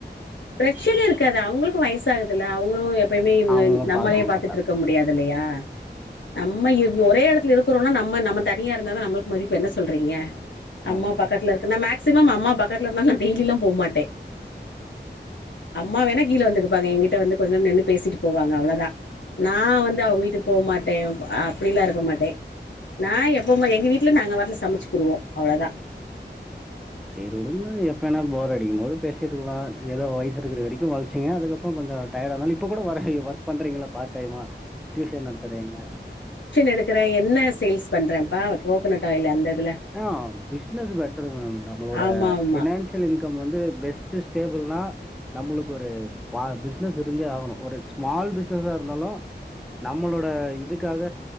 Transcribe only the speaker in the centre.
அவங்களும்
பார்த்துக்க
மாட்டாங்க.
ஆமா.
செரிஉடு எப்பனா போர் அடிக்கு போது பேசிட்ருக்கலா ஏதோ வயசு இருக்கிற வரைக்கு வாழ்க் சரிங்க அதுக்கப்புறோ கொஞ்சோ டயடா இருந்தாலு இப்ப கூட ஒர ஒர்க் பண்றீங்கள பார்ட் டைமா டியூஷன் நடத்துறீங்க
ஆ பிஸ்னஸ் பெட்டரு நம்மளோட
பினான்சியல் இன்கம் வந்து பெஸ்ட்டு ஸ்டேபிள்னா நம்மளுக்கு ஒரு பா பிசினஸ் இருந்தே ஆகணு ஒரு ஸ்மால் பிசினஸ்ஸா இருந்தாலு நம்மளோட இதுக்காக